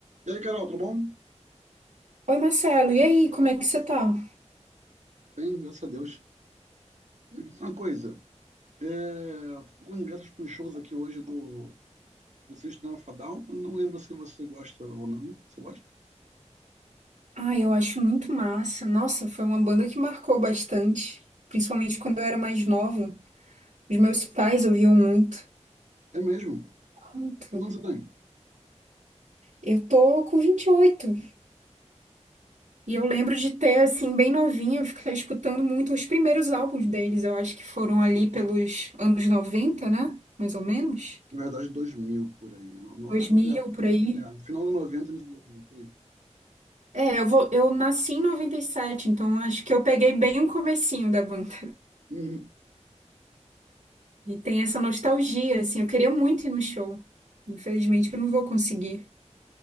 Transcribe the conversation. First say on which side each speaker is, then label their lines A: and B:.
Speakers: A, on the right (about 75°); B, on the right (about 90°).
A: E aí, Carol, tudo bom?
B: Oi, Marcelo, e aí, como é que você tá?
A: Bem, graças a Deus. Me diz Uma coisa, é, eu tô com ingressos para uns shows aqui hoje do você Sistema Fadal. Eu não lembro se você gosta ou não. Você gosta?
B: Ah, eu acho muito massa. Nossa, foi uma banda que marcou bastante, principalmente quando eu era mais nova. Os meus pais ouviam muito.
A: É mesmo?
B: Muito.
A: Quantos anos você tem?
B: Eu tô com vinte e oito e eu lembro de ter, assim, bem novinha, ficar escutando muito os primeiros álbuns deles. Eu acho que foram ali pelos anos 90, né? Mais ou menos.
A: Na verdade, 2000 por aí, né? No,
B: 2000 por aí.
A: é, é, final do 90, início do 2000, por aí.
B: É, eu vou, eu nasci em 97, então acho que eu peguei bem o comecinho da banda.
A: Uhum.
B: E tem essa nostalgia, assim, eu queria muito ir no show. Infelizmente eu não vou conseguir.